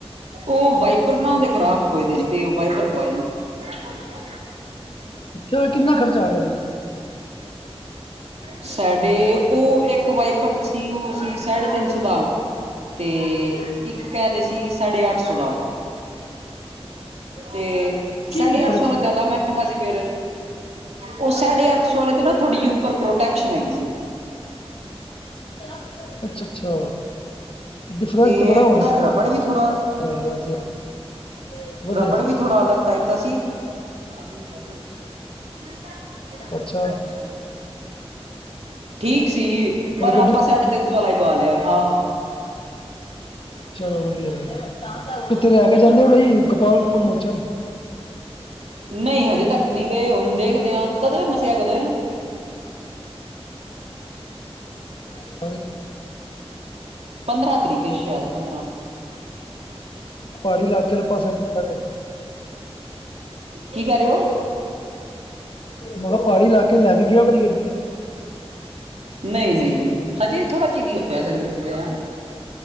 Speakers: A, on the right; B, on the left.
A: ਉਹ ਵਾਈਪਰ ਨਾ ਉਹਦੇ ਖ਼ਰਾਬ ਹੋਏ
B: ਕੀ
A: ਸੀ ਤੇ ਵਾਈਪਰ ਪਵਾਏ ਨੇ। <unintelligible>
B: ਚਾ ਕਿੰਨਾ ਖਰਚਾ ਆ ਗਿਆ ਸੀ
A: ਸਾਡੇ ਉਹ ਇੱਕ ਵਾਈਪਰ ਸੀ ਉਹ ਅਸੀ ਸਾਢੇ ਤਿੰਨ ਸੌ ਦਾ, ਤੇ ਇੱਕ ਕਹਿ ਰਹੇ ਸੀ ਸਾਢੇ ਅੱਠ ਸੌ ਦਾ। ਤੇ
B: ਕੀ
A: ਸਾਢੇ ਅੱਠ
B: ਫਰਕ
A: ਸੌ ਆਲਾ
B: ਸੀ
A: ਜ਼ਿਆਦਾ ਮਹਿੰਗਾ ਸੀ ਫੇਰ, ਉਹ ਸਾਢੇ ਅੱਠ ਸੋਲੇ ਤੇ ਨਾ ਥੋੜ੍ਹੀ ਜਿਹੀ ਉੱਪਰ ਪ੍ਰੋਟੈਕਸ਼ਨ ਹੈਗੀ ਸੀ।
B: ਅੱਛਾ ਅੱਛਾ ਡਿਫਰੈਂਸ
A: ਤੇ
B: ਬੜਾ ਹੋਣਾ
A: ਉਹਦਾ ਰਬੜ ਵੀ ਥੋੜਾ
B: <unintelligible> ਵਧੀਆ
A: ਰਬੜ
B: ਸੀ
A: ਵੀ ਥੋੜਾ ਅਲੱਗ ਟਾਈਪ ਦਾ ਸੀ। <unintelligible>
B: ਅੱਛਾ
A: ਠੀਕ ਸੀ, ਪਰ
B: ਹੋਰ ਗੱਡੀ
A: ਆਪਾਂ ਸਾਢੇ ਤਿੰਨ ਸੌ ਵਾਲਾ ਈ ਲਵਾ ਲਿਆ ਹਾਂ ਹਾਂ।
B: ਚਲੋ ਵਧੀਆ ਕਿੱਤੇ ਲੈ ਕੇ ਜਾਂਦੇ ਕੇ ਨਈ ਗੋਪਾਲਪੁਰਮੋਚਨ
A: ਨਹੀਂ ਹਜੇ ਤੱਕ ਨਹੀਂ ਗਏ ਹੁਣ ਦੇਖਦੇ ਆ ਕਦੋਂ ਏ ਮੱਸਿਆ ਕਦੋਂ ਏ
B: <unintelligible>
A: ਪੰਦਰਾਂ ਤਰੀਕ ਏ ਸ਼ਾਇਦ ਪੰਦਰਾਂ
B: ਪਹਾੜੀ ਇਲਾਕੇ ਪਾਸੇ ਪੈਂਦਾ ਵੇ
A: ਕੀ ਕਹਿ ਰਹੇ ਓ?
B: ਮੈਂ ਕਿਹਾ ਪਹਾੜੀ ਇਲਾਕੇ ਲੈ ਕੇ ਗਏ ਓ ਕਦੇ ਗੱਡੀ।
A: ਨਈ ਨਈ। ਹਜੇ ਥੋੜਾ ਚਿਰ ਈ ਹੋਇਆ ਸਾਨੂੰ ਗੱਡੀ ਲਿਆ।